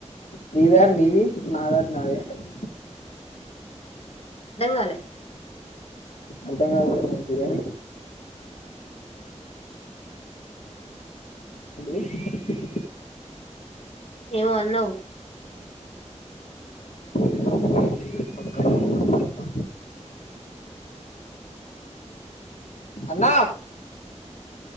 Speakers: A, on the left; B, on the left.
A: నీ దారి నీది నాదారు నాది అంటనా
B: అర్ధం కాలే
A: అర్ధం కాకపోతేనే మంచిది గని ఏంటిది
B: ఏమో అన్నవు
A: ఏదో బయట పక్కన మాట్లాడమ్మా. అన్న